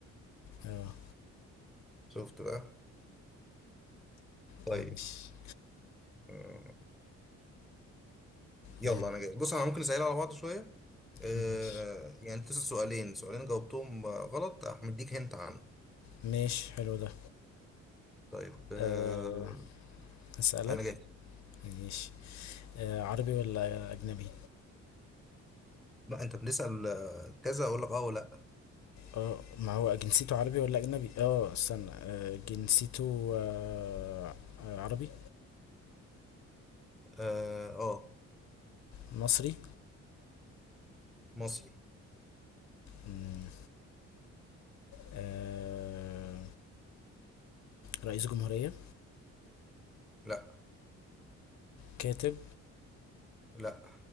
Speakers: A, on the left; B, in the centre.
A: اه
B: شفت بقى
A: ماشي
B: طيب آه، يلا
A: آه،
B: انا جاي بص انا ممكن اسأل على بعض شوية آه،
A: ماشي
B: يعني تسأل سؤالين سؤالين جاوبتهم آه، غلط هديك هنت عنه
A: ماشي حلو ده
B: طيب آه،
A: أه هسألك
B: انا جاي
A: ماشي آه، عربي ولا أجنبي
B: لا انت بنسأل آه، كذا اقول لك اه ولا
A: اه ما هو جنسيته عربي ولا أجنبي اه استنى آه، جنسيته آه، آه، عربي
B: اه آه،
A: مصري
B: مصري
A: مم، آه، رئيس جمهورية
B: لا
A: كاتب
B: لا